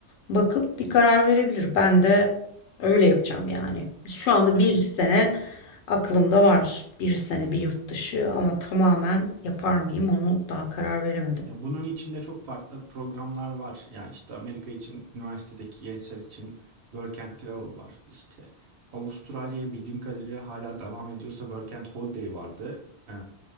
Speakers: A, on the left; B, on the right.
A: bakıp bir karar verebilir. Ben de öyle yapacağım yani. Şu anda
B: evet.
A: bir sene Aklımda var bir sene bir yurt dışı ama tamamen yapar mıyım onu daha karar veremedim.
B: Ya bunun içinde çok farklı programlar var. Yani işte Amerika için, üniversitedeki gençler için Work and Travel var. İşte Avustralya'ya bildiğim kadarıyla hala devam ediyorsa Work and Holiday vardı. Ee,